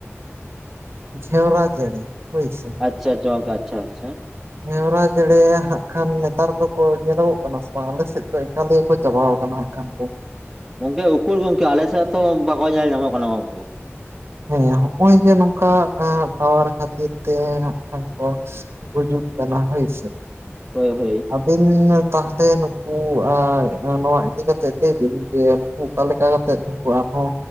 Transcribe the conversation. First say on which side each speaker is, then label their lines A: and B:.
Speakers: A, on the right; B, in the centre.
A: ᱡᱷᱮᱣᱨᱟ ᱪᱮᱬᱮ ᱦᱳᱭ ᱥᱮ
B: ᱟᱪᱪᱷᱟ ᱜᱟᱢᱠᱮ ᱟᱪᱪᱷᱟ ᱟᱪᱪᱷᱟ
A: ᱜᱷᱮᱣᱨᱟ ᱪᱮᱸᱲᱮ ᱦᱟᱸᱜ ᱠᱷᱟᱱ ᱱᱮᱛᱟᱨ ᱫᱚᱠᱚ ᱧᱮᱞᱚᱜ ᱠᱟᱱᱟ ᱥᱮ ᱵᱟᱝ ᱟᱞᱮ ᱥᱮᱫ ᱫᱚ ᱮᱠᱟᱞ ᱪᱟᱵᱟᱣ ᱟᱠᱟᱱᱟ ᱦᱟᱸᱜ ᱠᱷᱟᱱ
B: ᱜᱚᱝᱠᱮ ᱩᱠᱩᱨ ᱜᱚᱝᱠᱮ ᱟᱞᱮᱥᱮᱫ ᱛᱚ ᱵᱟᱠᱚ ᱧᱮᱞ ᱧᱟᱢᱚᱜ ᱠᱟᱱᱟ ᱜᱚᱝᱠᱮ
A: ᱦᱮᱸ ᱦᱚᱜ ᱚᱭ ᱡᱮ ᱱᱚᱝᱠᱟ ᱴᱟᱣᱟᱨ ᱠᱷᱟᱹᱛᱤᱨ ᱛᱮ ᱦᱟᱜ ᱠᱷᱟᱱ ᱠᱚ ᱜᱩᱡᱩᱜ ᱠᱟᱱᱟ ᱦᱳᱭᱥᱮ
B: ᱦᱳᱭ ᱦᱳᱭ
A: ᱟᱹᱵᱤᱱ ᱛᱟᱦᱚᱞᱮ ᱱᱩᱠᱩ ᱱᱚᱣᱟ ᱤᱫᱤ ᱠᱟᱛᱮᱜ ᱞᱟᱹᱭ ᱵᱤᱱ ᱡᱮ ᱚᱠᱟ ᱞᱮᱠᱟ ᱠᱟᱛᱮᱫ ᱫᱚᱠᱩ ᱟᱨᱦᱚᱸ